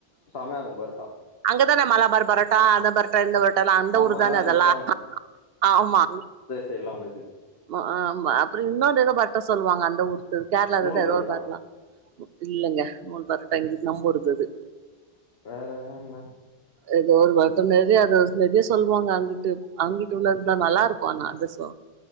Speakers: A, on the left; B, on the right.
A: செமையா இருக்கு பரோட்டா
B: அங்கதான மலபார் பரோட்டா அந்த பரோட் டா அந்த பரோட்டான்னு அந்த
A: ஆமா
B: ஊரு
A: அங்கதா
B: தான அதெல்லா
A: கொஞ்சோ
B: ஆமா
A: செய்லா வந்திருக்கு
B: மா ஆ அப்புறோ இன்னொரு ஏதோ பரோட்டா சொல்லுவாங்க அந்த ஊர்த்து கேரளாதுதா
A: நூல் பரோட்டா
B: ஏதோ ஒரு பேர்லா இல்லங்க நூல் பரோட்டா இங்க நம்மூர்து இது
A: வேற என்ன
B: ஏதோ ஒரு பரோட்டா நெறைய அத நெறைய சொல்லுவாங்க அங்கிட்டு அங்கிட்டு உள்ளதுதா நல்லா இருக்கு ஆனா அது சோ